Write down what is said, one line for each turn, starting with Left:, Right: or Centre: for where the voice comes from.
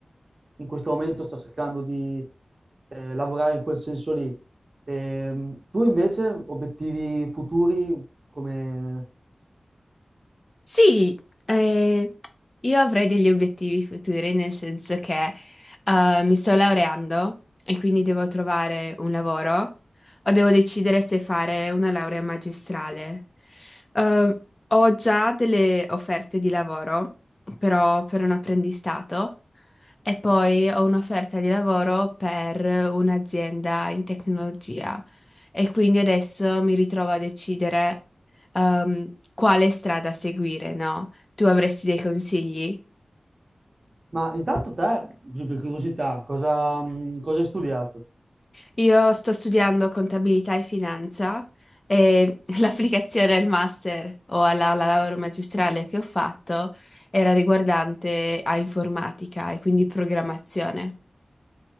Right: in questo momento sto cercando di eh, lavorare in quel senso lì. Ehm, tu invece, obiettivi futuri, come...
Left: Sì, eh, Io avrei degli obiettivi futuri, nel senso che eh, mi sto laureando e quindi devo trovare un lavoro o devo decidere se fare una laurea magistrale. Eh, ho già delle offerte di lavoro, però per un apprendistato. E poi ho un'offerta di lavoro per un'azienda in tecnologia e quindi adesso mi ritrovo a decidere ehm, quale strada seguire, no? Tu avresti dei consigli?
Right: Ma intanto te, così per curiosità, cosa, mh, cosa hai studiato?
Left: Io sto studiando contabilità e finanza e <laughs> l'applicazione al master o alla, alla laurea magistrale che ho fatto era riguardante a informatica e quindi programmazione.